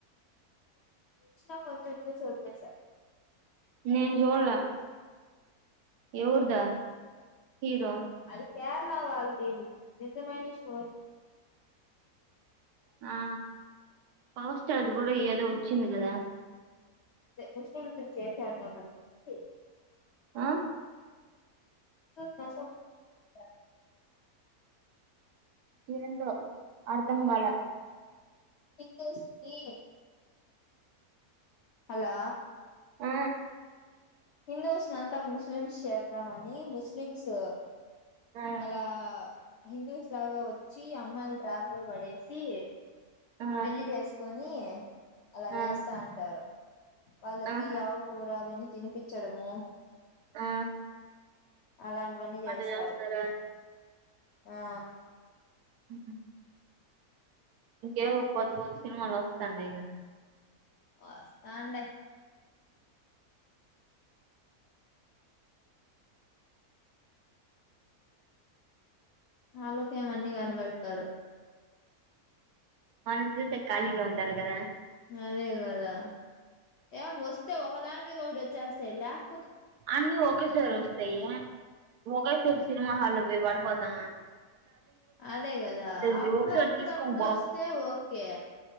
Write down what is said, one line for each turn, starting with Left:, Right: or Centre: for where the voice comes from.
Left: చూసిన కొన్సెపు చూసి వదిలేసా
Right: నేను చూడలా ఎవరుదా హీరో
Left: అది కేరళ వాళ్ళది నిజమైన స్టోరీ
Right: ఆ పవర్ స్టార్ది కూడా ఏదో వచ్చింది కదా
Left: ముస్లింస్ ని చేసేద్దాం అనేసి
Right: ఆ
Left: <inaudible>
Right: ఏంటో అర్ధం కాలా
Left: హిందూస్ నీ హలో
Right: ఆ
Left: హిందూస్ నంతా ముస్లిమ్స్ చేద్దామని ముస్లిమ్స్
Right: ఆ
Left: అలా హిందూస్ లాగా వచ్చి అమ్మాయిల ట్రాప్ లో పడేసి
Right: ఆ
Left: పెళ్లి చేసుకొ నీ అలా
Right: ఆ
Left: చేస్తా ఉంటారు వాళ్ళకి
Right: ఆహా
Left: ఆవు కూర అవన్నీ తినిపించడము
Right: ఆ
Left: అలాంటివన్నీ చేస్తారు
Right: అట్ట చేస్తారా
Left: ఆ
Right: అ ఇంకేవో కొత్త కొత్త సినిమాలు వస్తాన్నాయి కదా
Left: వస్తాడయ్ ఆళ్లకేమన్నిీ కనబట్ త్తరు
Right: మనం చూసే ఖాళీగా ఉండాలి కదా
Left: అదే కదా ఏం వస్తే ఒకదాని మీద ఒకటి వచ్చేస్తాయి లేక్
Right: అన్నీ ఒకేసారి వస్తాయి ఒకేసారి సినిమా హాల్లో పోయి పడిపోతమా
Left: అదే కదా
Right: ఇది
Left: అప్పుడప్పుడప్పుడు
Right: ఒకసారి తీసుకొని
Left: వస్తే ఓకే